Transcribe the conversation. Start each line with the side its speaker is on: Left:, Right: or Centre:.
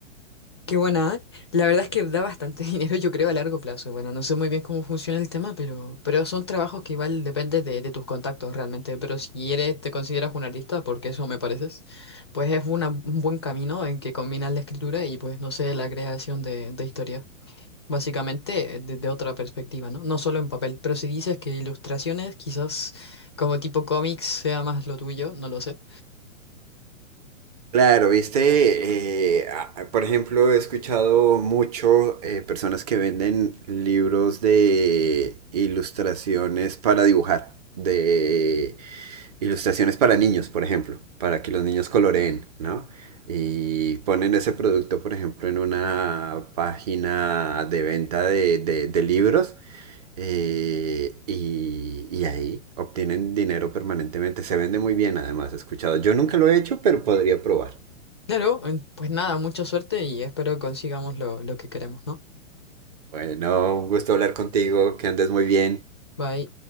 Left: Qué buena. ¿eh? La verdad es que da bastante <laughs> dinero, yo creo, a largo plazo. Bueno, no sé muy bien cómo funciona el tema, pero, pero son trabajos que igual depende de, de tus contactos realmente. Pero si eres, te consideras un artista, porque eso me pareces, pues es una- un buen camino en que combinas la escritura y pues, no sé, la creación de, de historias. Básicamente desde otra perspectiva, ¿no? No solo en papel, pero si dices que ilustraciones, quizás como tipo cómics sea más lo tuyo, no lo sé.
Right: Claro, viste, eh, a- por ejemplo, he escuchado mucho eh, personas que venden libros de ilustraciones para dibujar, de ilustraciones para niños, por ejemplo, para que los niños coloreen, ¿no? Y ponen ese producto, por ejemplo, en una página de venta de, de- de libros eh, y, y ahí obtienen dinero permanentemente. Se vende muy bien, además, he escuchado. Yo nunca lo he hecho, pero podría probar.
Left: Claro, eh, pues nada, mucha suerte y espero consigamos lo, lo que queremos, ¿no?
Right: Bueno, un gusto hablar contigo, que andes muy bien.
Left: Bye.